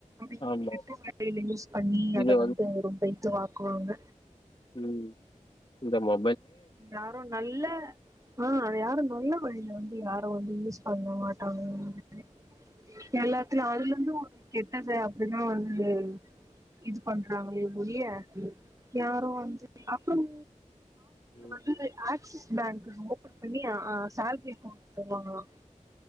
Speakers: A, on the right; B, on the left.
A: <inaudible>
B: ஆமா
A: கெட்ட <inaudible> யூஸ் பண்ணி
B: இது
A: அத வந்து ரொம்ப இதுவா க்குவாங்க
B: உம் இந்த மா
A: யாரு நல்ல ஆஹ் அது யாரு நல்ல வழில வந்து யாரு வந்து யூஸ் பண்ண மாட்டாங்க <inaudible>
B: ம்
A: எல்லாத்துலயு அதுல வந்து ஒரு கெட்டத அப்டி தா வந்து இது பண்றாங்களே ஒழிய யாரு வந்து அப்றோ <inaudible>
B: ம்
A: வந்து ஆக்சிஸ் பேங்க் ஓபன் பண்ணி அ சேலரி அக்கவுண்ட் தருவாங்களா